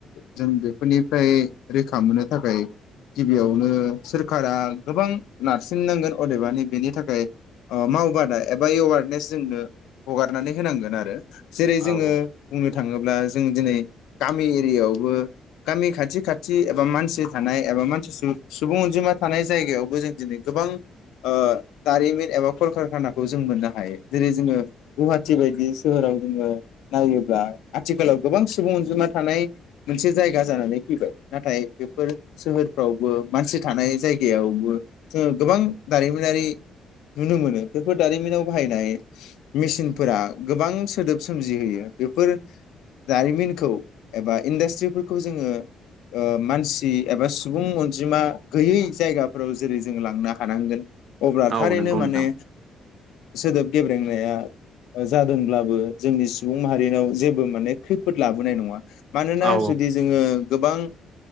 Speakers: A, on the left; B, on the right.
A: जों बेफोरनिफ्राय रैखा मोननो थाखाय गिबियावनो सोरखारा गोबां नारसिननांगोन अदेबानि बेनि थाखाय माव बादा एबा एवारनेस जोंनो हगारनानै होनांगोन आरो जेरै
B: औ
A: जोंङो बुंनो थाङोब्ला अब्ला जों दिनै गामि एरियायावबो गामि खाथि खाथि एबा मानसि थानाय एबा मानसि सुबु सुबुं अनजिमा थानाय जायगायावबो जों दिनै गोबां ओ दारिमिन एबा खल कारखानाखौ जों मोननो हायो जेरै जोङो गुवाहाटि बायदि सोहोराव जोंङो नायोब्ला आथिखालाव गोबां सुबुं अनजिमा थानाय मोनसे जायगा जानानै फैबाय नाथाय बेफोर सोहोरफ्रावबो मानसि थानाय जायगायावबो जोंङो गोबां दारिमिनारि नुनो मोनो बेफोर दारिमिनाव बाहायनाय मेसिनफोरा गोबां सोदोब सोमजिहोयो बेफोर दारिमिनखौ एबा इन्डास्ट्रिफोरखौ जोङो मानसि एबा सुबुं अनजिमा गैयै जायगा फोराव जेरै जों लांनो हानांगोन अब्ला
B: औ
A: थारैनो
B: नंगौ
A: माने
B: नोंथां
A: सोदोब गेब्रेंनाया जादोंब्लाबो जोंनि सुबुं माहारिनाव जेबो माने खैफोद लाबोनाय नङा । मानोना
B: औ
A: जुदि जोङो गोबां